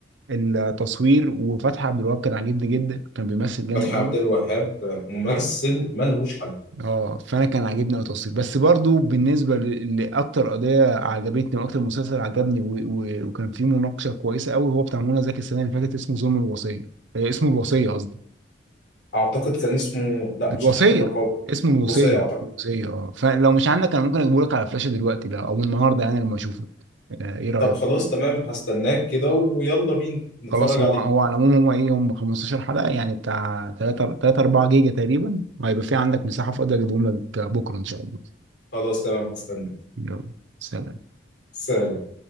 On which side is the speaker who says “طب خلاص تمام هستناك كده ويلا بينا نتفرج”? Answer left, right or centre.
Left